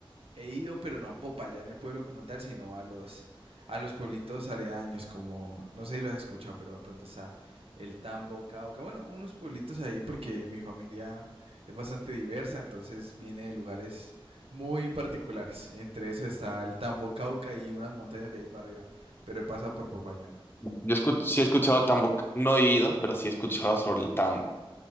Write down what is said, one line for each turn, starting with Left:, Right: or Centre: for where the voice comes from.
Right: he ido, pero no a Popayán, en el pueblo como tal, sino a los, a los pueblitos aledaños, como, no sé si lo has escuchado, pero de pronto está el Tambo, Cauca, bueno, unos pueblitos ahí porque mi familia es bastante diversa, entonces viene de lugares muy particulares. Entre eso está el Tambo, Cauca y unas montañas de ahí para arriba, pero he pasado por Popayán.
Left: Yo escu- sí he escuchado tambo, c- no he ido, pero sí he escuchado sobre el tambo.